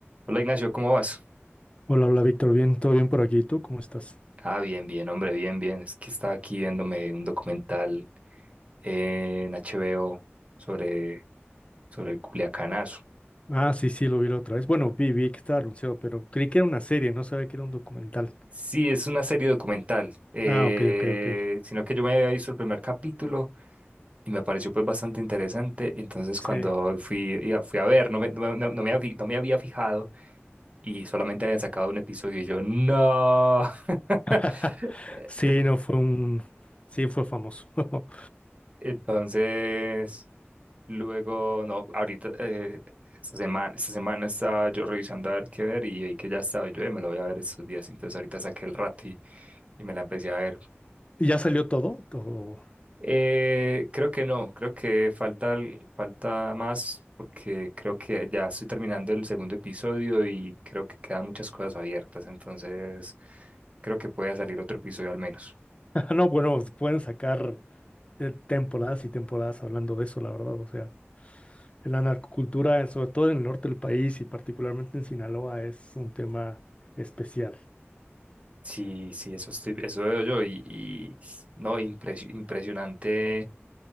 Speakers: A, on the right (about 30°); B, on the left (about 30°).
A: Hola Ignacio, ¿cómo vas?
B: Hola, hola Víctor, bien, todo bien por aquí. ¿Y tú cómo estás?
A: Ah, bien, bien, hombre, bien, bien. Es que estaba aquí viéndome un documental en HBO sobre, sobre el Culiacanazo.
B: Ah, sí, sí, lo vi la otra vez. Bueno, vi, vi que estaba anunciado, pero creí que era una serie, no sabía que era un documental.
A: Sí, es una serie documental, eh,
B: Ah, ok, ok, ok.
A: sino que yo me había visto el primer capítulo y me pareció pues bastante interesante. Entonces
B: Sí.
A: cuando fui, y a- fui a ver, no me, no, no- no me habí- no me había fijado y solamente habían sacado un episodio y yo, no. <laughs>
B: <laughs> Sí,
A: En-
B: no fue un. Sí, fue famoso. <laughs>
A: Entonces... Luego, no, ahorita, eh, esta semana, esta semana estaba yo revisando a ver qué ver y vi que ya estaba yo, "Eh, me lo voy a ver estos días. Entonces ahorita saqué el rato y, y me la empecé a ver.
B: ¿Y ya salió todo? Todo-
A: Eh, creo que no, creo que falta, al- falta más porque creo que ya estoy terminando el segundo episodio y creo que quedan muchas cosas abiertas. Entonces creo que puede salir otro episodio al menos.
B: <laughs> No, bueno, pueden sacar eh, temporadas y temporadas hablando de eso, la verdad. O sea, la narcocultura, sobre todo en el norte del país y particularmente en Sinaloa, es un tema especial.
A: Sí, sí, eso estoy, eso veo yo y, y no, impresi- impresionante